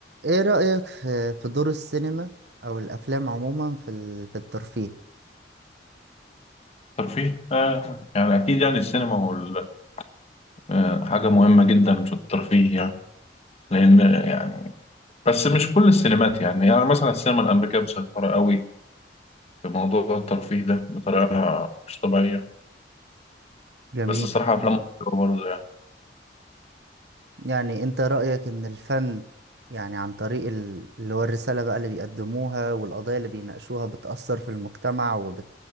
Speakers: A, on the right; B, on the left.
A: ايه رأيك في في دور السينما او الافلام عموما في ال- في الترفيه
B: ترفيه آه يعني أكيد يعني السينما هو ال- آه حاجة مهمة جدا في الترفيه يعني لأن يعني بس مش كل السينمات يعني يعني مثلا السينما الأمريكية مسيطرة قوي في موضوع الترفيه ده بطريقة مش طبيعية
A: جميل
B: بس الصراحة أفلام مصر برضه يعني
A: يعني انت رأيك ان الفن يعني عن طريق ال- اللي هو الرسالة بقى اللي بيقدموها والقضايا اللي بيناقشوها بتأثر في المجتمع وبت